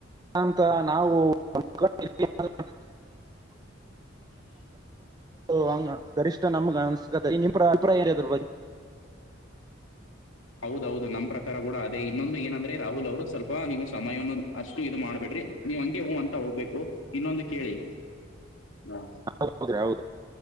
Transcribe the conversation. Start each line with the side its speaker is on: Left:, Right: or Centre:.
Right: ಅಂತ ನಾವು <unintelligible> <unintelligible> <unintelligible> ಹ ಗರಿಷ್ಠ ನಮ್ಗ ಅನ್ಸ್ <unintelligible>
Left: ಹೌದ್ ಹೌದ್ ನಮ್ ಪ್ರಕಾರ ಕೂಡ ಅದೇ ಇನ್ನೊಂದು ಏನಂದ್ರೆ ರಾಹುಲ್ ಅವರು ಸ್ವಲ್ಪ ನೀವು ಸಮಯನನ್ನು ಅಷ್ಟು ಇದು ಮಾಡ್ಬೇಡ್ರಿ ನೀವ್ ಹಂಗೆ ಹೂ ಅಂತ ಹೋಗ್ಬೇಕು ಇನ್ನೊಂದು ಕೇಳಿ ಹಾ
Right: ಹೌದೌದ್ರಿ ಹೌದು